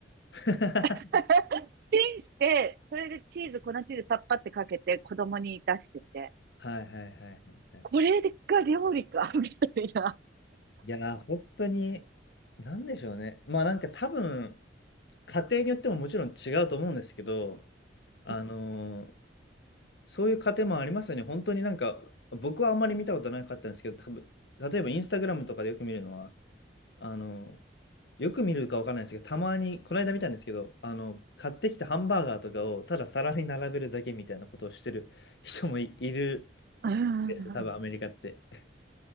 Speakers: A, on the left (about 70°); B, on the right (about 60°).
A: <laughs>
B: <laughs> チンして、それでチーズ、粉チーズパッパってかけて、子供に出してて、
A: はいはいはいはいはい。
B: これが料理か、みたいな。
A: いやー、本当に、なんでしょうね。まあなんか多分、家庭によってももちろん違うと思うんですけど、あのー
B: う
A: そういう家庭もありますよね。本当になんか、僕はあんまり見たことなかったんですけど、多分例えばインスタグラムとかでよく見るのは、あのーよく見るかわからないですけど、たまに、この間見たんですけど、あの、買ってきたハンバーガーとかをただ皿に並べるだけみたいなことをしてる人もい、いる
B: んうんうん、
A: んですよ、多分アメリカって。